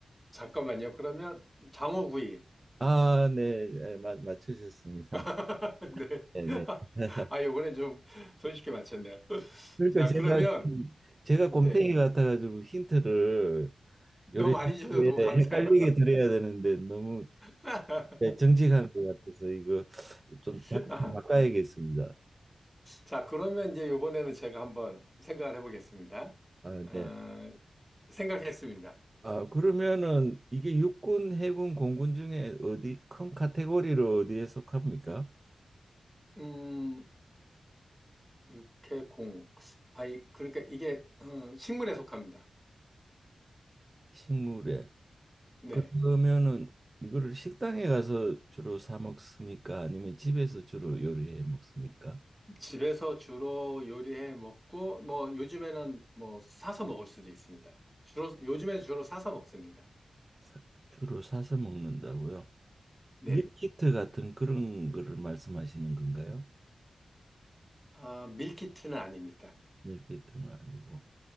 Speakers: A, in the centre; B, on the right (about 35°).
A: 잠깐만요. 그러면 장어구이.
B: 아, 네. 예, 맞 맞추셨습니다.
A: <laughs> 네.
B: 네,
A: <laughs>
B: 네. <laughs>
A: 아, 요번에 좀 손쉽게 맞췄네요. <laughs>
B: 그러니까
A: 자,
B: 제가
A: 그러면
B: 제가
A: 네.
B: 곰탱이 같아가지고 힌트를
A: 너무
B: 요리
A: 많이 주셔서
B: 예,
A: 너무 감사해요.
B: 헷갈리게 드려야 되는데 너무
A: <laughs>
B: 예, 정직한 것 같아서 이거 좀 작-
A: <laughs>
B: 바꿔야겠습니다.
A: 자, 그러면 이제 이번에는 제가 한번 생각을 해보겠습니다.
B: 아,
A: 어,
B: 네.
A: 생각했습니다.
B: 아, 그러면은 이게 육군, 해군, 공군 중에 어디 큰 카테고리로 어디에 속합니까?
A: 음, 육해공. 아이, 그러니까 이게 어, 식물에 속합니다.
B: 식물에.
A: 네.
B: 그러면은 이거를 식당에 가서 주로 사 먹습니까? 아니면 집에서 주로 요리해 먹습니까?
A: 집에서 주로 요리해 먹고, 뭐, 요즘에는 뭐, 사서 먹을 수도 있습니다. 주로, 요즘에 주로 사서 먹습니다.
B: 사- 주로 사서 먹는다고요?
A: 네.
B: 밀키트 같은 그런 거를 말씀하시는 건가요?
A: 아, 밀키트는 아닙니다.
B: 밀키트는 아니고.